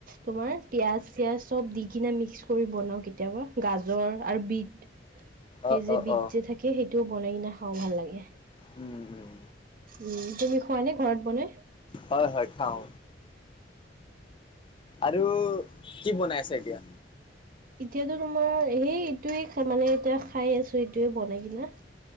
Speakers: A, on the right; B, on the left.
A: তোমাৰ পিয়াজ চিয়াজ চব দি কিনে মিক্স কৰি বনাও কেতিয়াবা গাজৰ আৰু বিট। সেই
B: অ
A: যে
B: অ
A: বিত
B: অ
A: যে থাকে সেইটোও বনাই কিনে খাও ভাল লাগে।
B: উম উম
A: উম, তুমি খোৱা নে ঘৰত বনাই।
B: হয়-হয় খাও। আৰু কি বনাই আছে এতিয়া।
A: এতিয়াতো তোমাৰ সেই এইটোৱে মানে এতিয়া খাই আছো এইটোৱে বনাইকিনে।